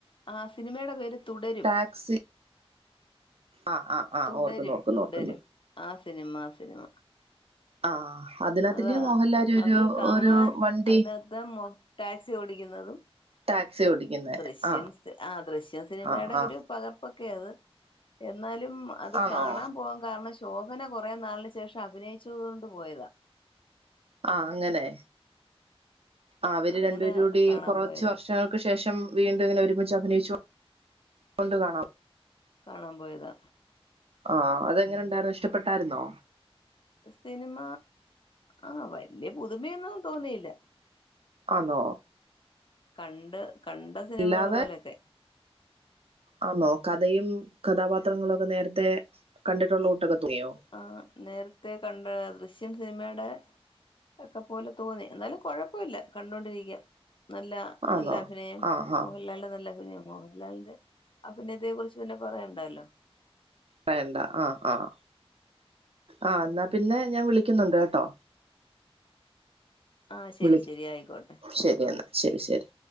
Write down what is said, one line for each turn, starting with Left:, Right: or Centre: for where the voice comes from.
Left: ആ സിനിമയുടെ പേര് തുടരും
Right: ടാക്സി ആ ആ ആ
Left: തുടരും
Right: ഓർക്കുന്നു ഓർക്കുന്നു
Left: തുടരും
Right: ഓർക്കുന്നു
Left: ആ സിനിമ ആ സിനിമ
Right: ആഹ് അതിനകത്തി
Left: അതാ
Right: മോഹൻലാലൊരു
Left: അത് കാണാൻ
Right: ഒരു വണ്ടി
Left: അതിനകത്ത് മൊ ടാക്സി ഓടിക്കുന്നതും
Right: ടാക്സി ഓടിക്കുന്നേ
Left: ദൃശ്യം
Right: ആ
Left: ആ ദൃശ്യം സിനിമയുടെ
Right: ആ ആ
Left: ഒരു പകർപ്പൊക്കെ അത് എന്നാലും അത്
Right: ആണോ
Left: കാണാൻ പോവാൻ കാരണം ശോഭന കൊറേ നാളിന് ശേഷം അഭിനയിച്ചത് കൊണ്ട് പോയതാ
Right: ആഹ് അങ്ങനെ ആ അവര്
Left: അങ്ങനെ
Right: രണ്ടുപേരൂടി
Left: കാണാൻ
Right: കുറച്ച്
Left: പോയതാ
Right: വർഷങ്ങൾക്ക് ശേഷം വീണ്ടും ഇങ്ങനെ ഒരുമിച്ച് അഭിനയിച്ചു കൊണ്ട് കാണാം
Left: കാണാൻ പോയതാ
Right: ആഹ് അതെങ്ങനെണ്ടായിന്നു
Left: ഉം
Right: ഇഷ്ടപ്പെട്ടായിരുന്നോ
Left: സിനിമ ആ വലിയ പുതുമയൊന്നും തോന്നിയില്ല
Right: ആണോ
Left: കണ്ട് കണ്ട സിനിമകള്
Right: അല്ലാതെ
Left: പോലൊക്കെ
Right: ആന്നോ കഥയും കഥാപാത്രങ്ങളൊക്കെ നേരത്തെ കണ്ടിട്ടുള്ള കൂട്ടൊക്കെ തോന്നിയോ
Left: ആ നേരത്തെ കണ്ട ദൃശ്യൻ സിനിമേ ടെ ഒക്കെ പോലെ തോന്നി എന്നാലും കുഴപ്പമില്ല കണ്ടോണ്ടിരിക്കാം നല്ല
Right: ആന്നോ
Left: നല്ല അഭിനയം
Right: ആഹ് ഹാ
Left: മോഹൻലാലിന്റെ നല്ല അഭിനയം മോഹൻലാലിന്റെ അഭി നയത്തെ കുറിച്ച് പിന്നെ പറയണ്ടല്ലോ
Right: വേണ്ട ആ ആഹ് ആഹ് എന്നാ പിന്നെ ഞാൻ വിളിക്കുന്നുണ്ട് കേട്ടോ
Left: ആഹ് ശരി
Right: വിളിക്ക്
Left: ശരി ആയിക്കോട്ടെ
Right: ശരിയെന്ന
Left: ആയിക്കോട്ടെ
Right: ശരി ശരി